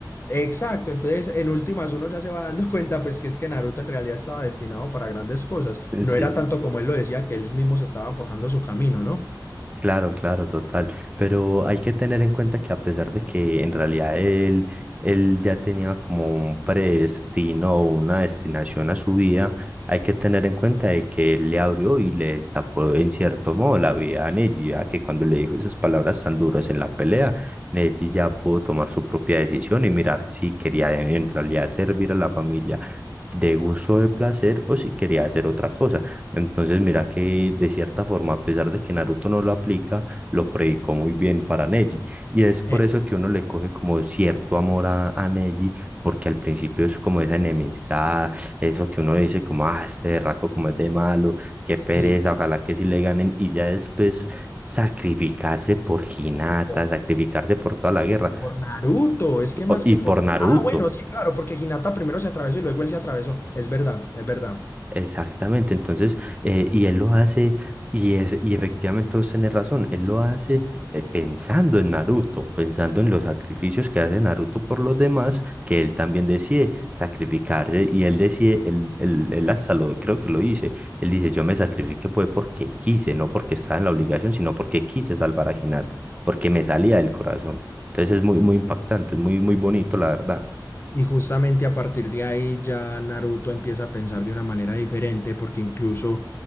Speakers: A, on the left; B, on the right.
A: Exacto, entonces en últimas uno ya se va dando <laughs> cuenta pues que es que Naruto en realidad estaba destinado para grandes cosas,
B: <laughs>
A: no era
B: sí.
A: tanto como él lo decía que él mismo se estaba forjando su camino, ¿no?
B: Claro, claro, total. Pero hay que tener en cuenta que a pesar de que en realidad él, él ya tenía como un predestino o una destinación a su vida, hay que tener en cuenta de que él le abrió y le destapó en cierto modo la vida a Neji, ya que cuando le dijo esas palabras tan duras en la pelea, Neji ya pudo tomar su propia decisión y mirar si quería en en realidad servir a la familia de gusto o de placer o si quería hacer otra cosa. Entonces, mira que de cierta forma, a pesar de que Naruto no lo aplica, lo predicó muy bien para Neji. Y es por
A: Eh,
B: eso que uno le coge como cierto amor a, a Neji, porque al principio es como esa enemistad, eso que uno dice como, ah, este raco como es de malo, qué pereza,
A: sí,
B: ojalá que sí le ganen. Y ya después sacrificarse por Hinata,
A: po-
B: sacrificarse por toda la guerra
A: por, Naruto, es que más
B: o- y
A: que por...
B: por Naruto.
A: Ah, bueno, sí, claro, porque Hinata primero se atravesó y luego él se atravesó, es verdad, es verdad.
B: Exactamente, entonces, eh, y él lo hace, y, es, y efectivamente vos tenés razón, él lo hace eh, pensando en Naruto, pensando en los sacrificios que hace Naruto por los demás, que él también decide sacrificarse, y él decide, él, él, él hasta lo, creo que lo dice, él dice, yo me sacrifiqué fue porque quise, no porque estaba en la obligación, sino porque quise salvar a Hinata, porque me salía del corazón. Entonces es muy, muy impactante, es muy, muy bonito, la verdad.
A: Y justamente a partir de ahí ya Naruto empieza a pensar de una manera diferente porque incluso